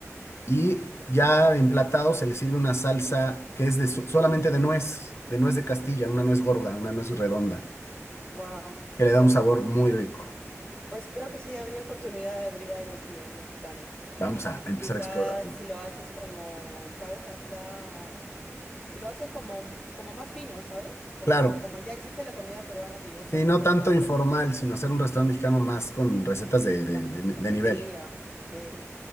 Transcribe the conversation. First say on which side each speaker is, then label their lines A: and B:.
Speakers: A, on the left; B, on the left.
A: Y ya emplatado se le sirve una salsa que es de, so- solamente de nuez, de nuez de Castilla, una nuez gorda, una nuez redonda,
B: Wow,
A: que le da
B: qué
A: un
B: rico.
A: sabor muy rico.
B: Pues creo que sí habría oportunidad de abrir algo aquí, eh, mexicano.
A: Vamos a empezar
B: Quizá
A: a explorar.
B: si lo haces como, ¿sabes? A esta... Si lo haces como, como más fino, ¿sabes? Como,
A: Claro,
B: como ya existe la comida peruana que ya está
A: sí,
B: por
A: no
B: todos
A: tanto
B: lados.
A: informal, sino hacer un restaurante
B: Sí,
A: mexicano más con recetas de, de
B: la,
A: de-
B: g- la
A: de
B: gente
A: nivel.
B: iría, sí.